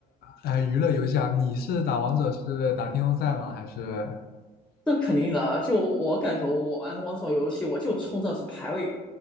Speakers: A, on the left; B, in the centre.
A: 呃娱乐游戏啊。你是打王者是打巅峰赛吗？还是
B: 这肯定的啊。就我感觉我玩王者游戏，我就冲着是排位